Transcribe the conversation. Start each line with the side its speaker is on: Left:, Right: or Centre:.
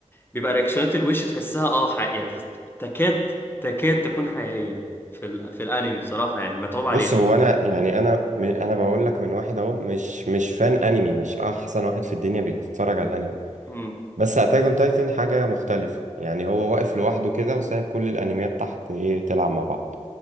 Left: بيبقى رياكشنات الوش تحسها اه حقيقية يعني تحس تكاد تكاد تكون حقيقية في ال... في الانمي بصراحة يعني متعوب عليها
Right: بص هو انا يعني انا م... انا بقول لك من واحد اهو مش مش فان انمي مش احسن واحد في الدنيا بيتفرج على الانمي
Left: امم
Right: بس اتاك اون تايتن حاجه مختلفه يعني هو واقف لوحده كده وسايب كل الانميات تحت ايه تلعب مع بعض